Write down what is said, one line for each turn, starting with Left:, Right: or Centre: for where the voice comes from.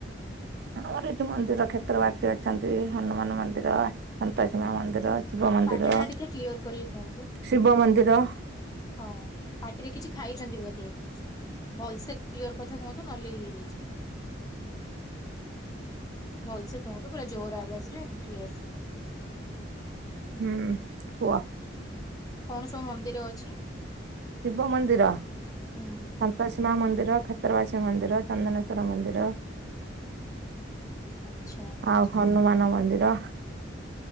Right: ର ଏଠି ମନ୍ଦିର କ୍ଷେତ୍ର ବାସୀ ଅଛନ୍ତି ହନୁମାନ ମନ୍ଦିର ସନ୍ତସିମା ମନ୍ଦିର। ଶିବ ମନ୍ଦିର
Left: ପାଟି ଟା ଟିକେ କ୍ଲିୟର କରିକି କୁହନ୍ତୁ
Right: ଶିବ ମନ୍ଦିର।
Left: ହଁ ପାଟିରେ କିଛି ଖାଇଛନ୍ତି ବୋଧେ? ଭଲ ସେ କ୍ଲିୟର କଥା କୁହନ୍ତୁ ନହଲେ ହେଇଯାଇଯିବ। ଭଲସ କୁହନ୍ତୁ ପୁରା ଜୋର ଆବାଜରେ୍ୟରସେ।
Right: ହୁଁ କୁହ?
Left: କଣ ସବୁ ମନ୍ଦିର ଅଛି?
Right: ଶିବ ମନ୍ଦିର
Left: ହୁଁ
Right: କଶିମା ମନ୍ଦିର ଖତରବାସୀ ମନ୍ଦିର ଚନ୍ଦନେଶ୍ୱର ମନ୍ଦିର।
Left: ଆଚ୍ଛା।
Right: ଆଉ ହନୁମାନ ମନ୍ଦିର